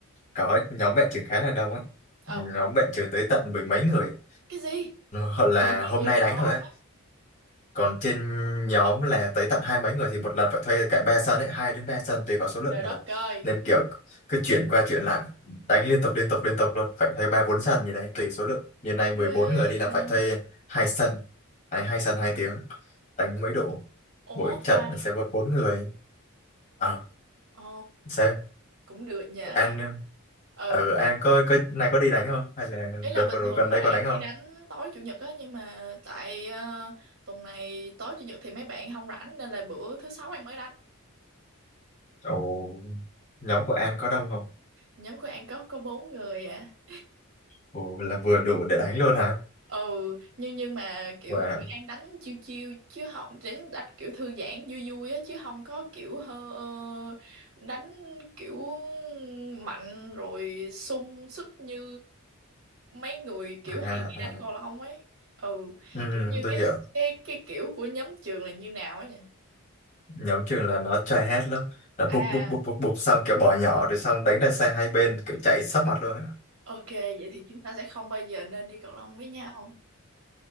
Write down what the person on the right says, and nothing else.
ờ
cái gì
mười mấy
người
đánh
cầu
lông
á
trời
đất ơi
ghê
à.
ủa
mà
ồ
cũng được nhờ
ừ
Ý là
bình
thường
là
An
đi đánh tối chủ nhật á nhưng mà tại ờ, tuần này tối chủ nhật thì mấy bạn không rảnh nên là bữa thứ sáu An mới đánh.
Nhóm của An có có bốn người à.
Ừ, nhưng nhưng mà kiểu
tụi An đánh chiêu chiêu chứ không đánh đánh kiểu thư giãn vui vui á chứ không có kiểu hơ ờ, đánh kiểu mạnh rồi sung sức như mấy người kiểu
hay đi đánh
cầu lông ấy. Ừ,
kiểu
như
cái
cái cái kiểu của nhóm trường là như nào ấy nhỉ?
À,
ok, vậy thì chúng ta sẽ không bao giờ nên đi cầu lông với nhau.